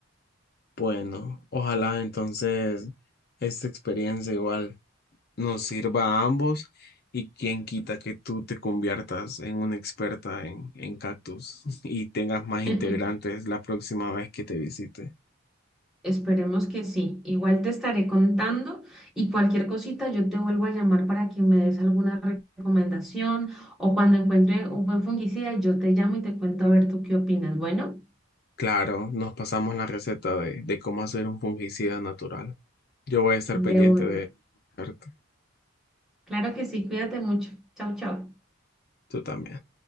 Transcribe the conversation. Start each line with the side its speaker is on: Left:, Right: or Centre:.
Left: Bueno, ojalá entonces esta experiencia igual nos sirva a ambos y quién quita que tú te conviertas en una experta en, en cactus <laughs> y tengas más
Centre: <laughs>
Left: integrantes la próxima vez que te visite.
Centre: Esperemos que sí. Igual te estaré contando y cualquier cosita yo te vuelvo a llamar para que me des alguna re- recomendación o cuando encuentre un buen fungicida yo te llamo y te cuento a ver tú qué opinas. Bueno,
Left: Claro, nos pasamos la receta de, de cómo hacer un fungicida natural. Yo voy a estar
Centre: De
Left: pendiente
Centre: una.
Left: de arte.
Centre: claro que sí, cuídate mucho. Chao, chao.
Left: Tú también.